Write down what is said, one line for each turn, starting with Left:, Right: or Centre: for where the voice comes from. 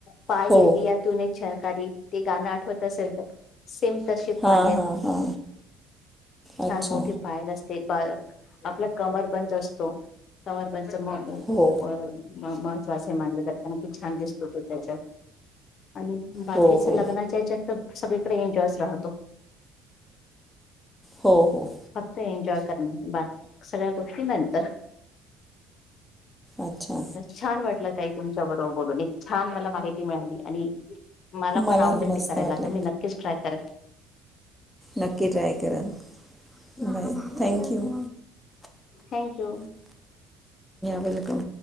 Left: पायलिया
Centre: हो
Left: तुने छनकारी ते गाणं, आठवत असेल त सेम तशी
Centre: हां
Left: पायल
Centre: हां हां
Left: छान
Centre: अच्छा
Left: मोठीे पायल असते बा आपला कमरबंद असतो कमरबंद महत्वा
Centre: हो
Left: मलं ज छान दिसतो तो त्याच्या आणि बाकीच
Centre: हो हो
Left: लग्नाच्या याच्यात तर सगळीकडे एन्जॉयच राहतो
Centre: हो हो
Left: फक्त एन्जॉय सगळ्या गोष्टी नंतर
Centre: अच्छा
Left: छान वाटलं ताई तुमच्या बरोबर बोलून आणि एक छान मला माहिती मिळाली मला
Centre: मलाही
Left: पण आवडेल
Centre: मस्त
Left: ते करायला
Centre: वाटलं
Left: तर मी पण नक्कीच ट्राय करेल
Centre: नक्की ट्राय करा bye thank you
Left: thank you
Centre: welcome